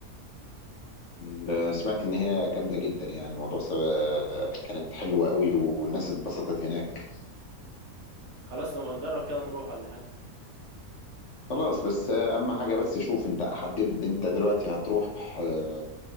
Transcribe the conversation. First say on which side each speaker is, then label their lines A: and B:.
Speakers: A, on the left (about 60°); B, on the right (about 55°).
A: ال- سمعت إن هي جامدة جدا يعني موضوع س- آه، كانت حلوة قوي والناس اتبسطت هناك
B: خلاص نبقى نجرب كده نروح ولا حاجة
A: خلاص بس آه، أهم حاجة بس شوف أنت حددت أنت دلوقتي هتروح آه،